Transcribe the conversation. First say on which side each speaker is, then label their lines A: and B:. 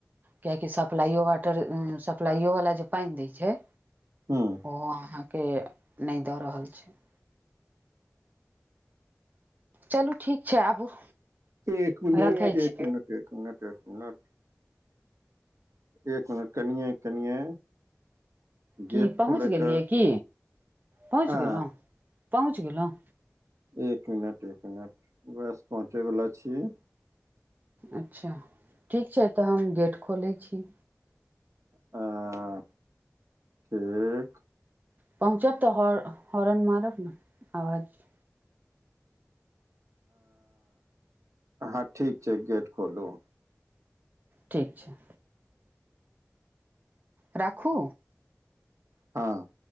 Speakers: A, on the right; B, on the right.
A: किएकि सप्लाइयो वाटर सप्लाइयो वला जे पानि दै छै
B: हँ
A: ओहो अहाँके नहि दऽ रहल छै चलू ठीक छै आबू
B: एक मिनट
A: रखै
B: एक
A: छी
B: मिनट एक मिनट एक मिनट एक मिनट कनिय कनिये
A: की
B: गेट
A: पहुँच
B: खोले
A: गेलियै
B: के
A: की पहुँच
B: आ
A: गेलहुँ पहुँच गेलहुँ
B: एक मिनट एक मिनट बस पहुँचे वाला छीये
A: अच्छा ठीक छै तऽ हम गेट खोलै छी
B: आ ठीक
A: पहुँचब तऽ हॉरन मारब ने आवाज
B: हँ ठीक छै गेट खोलूँ
A: ठीक छै राखू
B: हँ